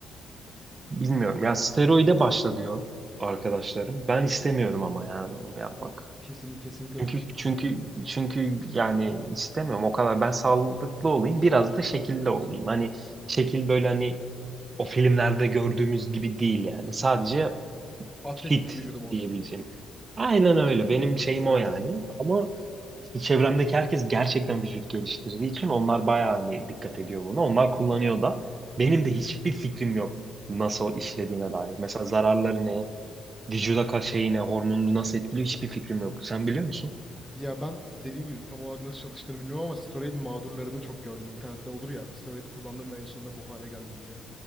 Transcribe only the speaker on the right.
Bilmiyorum. Ya steroide başla diyor arkadaşlarım. Ben istemiyorum ama yani onu yapmak.
Çünkü
çünkü
çünkü yani istemiyorum o kadar. Ben sağlıklı olayım, biraz da şekilli olayım. Hani şekil böyle hani o filmlerde gördüğümüz gibi değil yani. Sadece
Kit
diyebileceğim. Aynen öyle. Benim şeyim
o yani. Ama işte çevremdeki herkes gerçekten vücut geliştirdiği için onlar bayağı hani dikkat ediyor buna. Onlar kullanıyor da. Benim de hiçbir fikrim yok nasıl işlediğine dair. Mesela zararları ne, vücuda ka şeyi ne, hormonunu nasıl etkiliyor hiçbir fikrim yok. Sen biliyor musun?